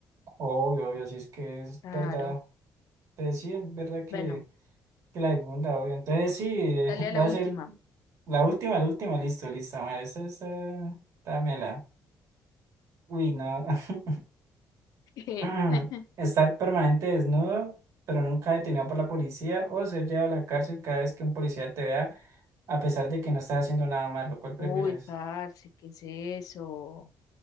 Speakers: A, on the right; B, on the left.
A: obvio, obvio, así es que es
B: Claro.
A: verdad. Entonces, sí, es verdad que,
B: Bueno,
A: que la segunda, obvio. Entonces, sí, eh,
B: dale
A: <laughs>
B: a la
A: va a
B: última.
A: ser la última, la última, listo, lista, madre. Esta, esta, dámela. Uy, no. <laughs>
B: <laughs>
A: Ujú. Estar permanente desnudo, pero nunca detenido por la policía, o ser llevado a la cárcel cada vez que un policía te vea, a pesar de que no estás haciendo nada malo. ¿Cuál prefieres?
B: Uy, parce, ¿qué es eso?